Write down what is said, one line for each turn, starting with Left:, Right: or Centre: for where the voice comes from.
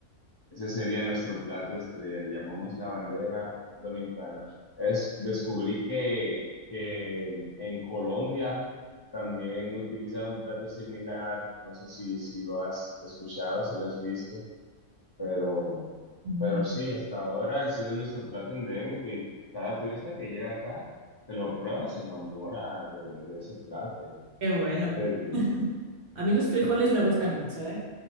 Left: Ese sería nuestro plato estrella, le llamamos la bandera dominicana. Es, descubrí que, que en Colombia también utilizan un plato similar, no sé si, si lo has escuchado, si lo has visto. Pero,
Right: Mm,
Left: pero sí, hasta ahora ha sido nuestro plato endémico y cada turista que llega acá, que lo prueba, se enamora de, de ese plato. Y,
Right: Qué bueno.
Left: ¿qué te digo?
Right: <laughs> A mí los frijoles me gustan mucho, ¿eh?